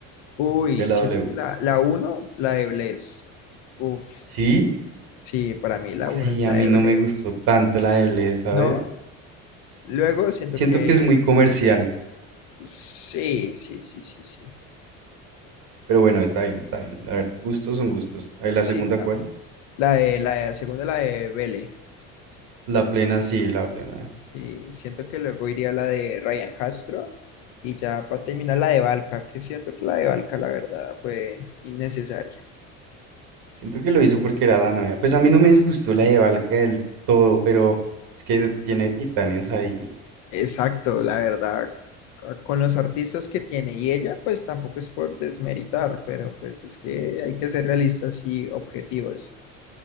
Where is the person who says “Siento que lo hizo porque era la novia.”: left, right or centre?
Right